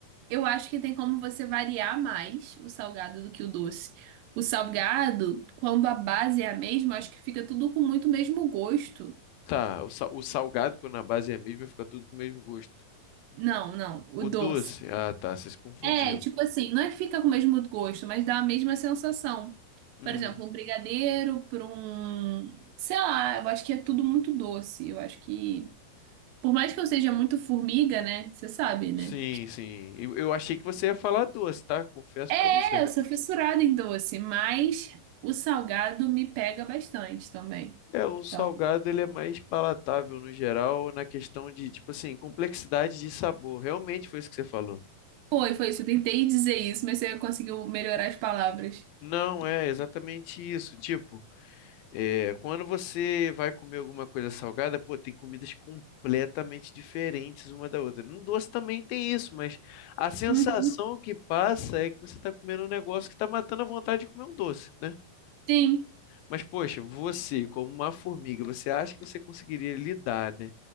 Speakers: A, on the right; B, on the left.
A: Eu acho que tem como você variar mais o salgado do que o doce. O salgado, quando a base é a mesma, acho que fica tudo com muito mesmo gosto.
B: tá. O, sa- o salgado, quando a base é a mesma, fica tudo com o mesmo gosto.
A: Não, não, o
B: O
A: doce.
B: doce? Ah, tá. Você se confundiu.
A: É, tipo assim, não é que fica com o mesmo gosto, mas dá a mesma sensação.
B: Hum.
A: Por exemplo, um brigadeiro para um, sei lá, eu acho que é tudo muito doce. Eu acho que, por mais que eu seja muito formiga, né? Você sabe, né?
B: Sim, sim. Eu, eu achei que você ia falar doce, tá? Confesso para
A: É,
B: você.
A: eu sou fissurada em doce, mas o salgado me pega bastante também.
B: É, o salgado
A: Então,
B: ele é mais palatável no geral, na questão de, tipo assim, complexidade de sabor. Realmente foi isso que você falou.
A: foi, foi isso. Eu tentei dizer isso, mas você conseguiu melhorar as palavras.
B: Não é exatamente isso. Tipo, é, quando você vai comer alguma coisa salgada, pô, tem comidas completamente diferentes uma da outra. No doce também tem isso, mas a sensação
A: Uhum.
B: que passa é que você está comendo um negócio que está matando a vontade de comer um doce, né?
A: Sim.
B: Mas, poxa, você, como uma formiga, você acha que você conseguiria lidar, né?